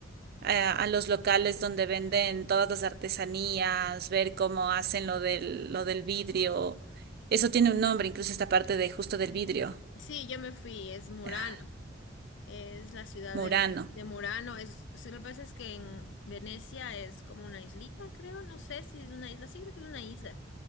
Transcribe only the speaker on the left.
Sí, yo me fui, es Murano.
Es la ciudad
de, de Murano. Es, sí, lo que pasa es que en Venecia es como una islita, creo. No sé si es una isla. Sí, creo que es una isla.